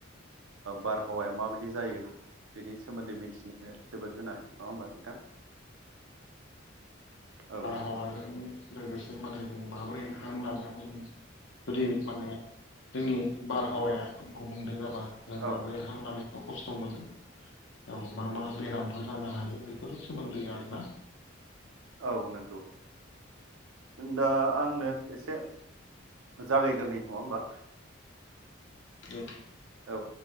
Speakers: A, on the right; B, on the left.
A: बारहावाया माबायदि जायो बेनि सोमोन्दै मिथिनो जोबोद गोनां नङा होमबा नोंथां औ
B: आरो लोगोसे मालाय जों माबोरै हां लानांगौ जोङो जुदि माने जोंनि बारहावाया गुबुंले जाब्ला जों
A: औ
B: माब्रै हां लानायखौ खस्थ' मोनो याव मा मा बेरामफोर जानो हायो बेफोरनि सोमोन्दै आरोना
A: औ नोंगौ दा आंनो एसे जागायग्रोनि नङा होमबा
B: औ
A: औ